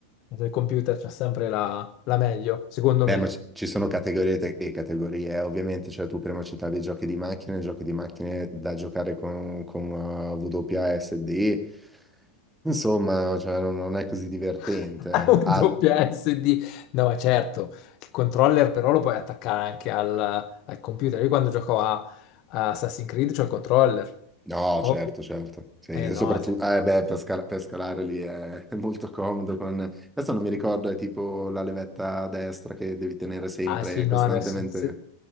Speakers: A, on the left; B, in the centre.
A: Nel computer c'è sempre la, la meglio, secondo
B: Beh,
A: me.
B: ma ci ci sono categorie te- e categorie, eh. ovviamente, cioè tu prima citavi giochi di macchine, giochi di macchine da giocare con, con eh, WASD, insomma, cioè, non, non è così divertente.
A: <laughs> Un
B: Al-
A: doppia SD. No, certo, il controller però lo puoi attaccare anche al, al computer. Io quando gioco a, a Assassin's Creed c'ho il controller,
B: No,
A: ovvio.
B: certo, certo, sì,
A: Eh
B: e
A: no,
B: soprattutto,
A: se no.
B: eh, beh, per, scala- per scalare lì è, <laughs> è molto comodo con... Adesso non mi ricordo, è tipo la levetta a destra che devi tenere sempre,
A: Ah sì,
B: costantemente...
A: no, adesso se,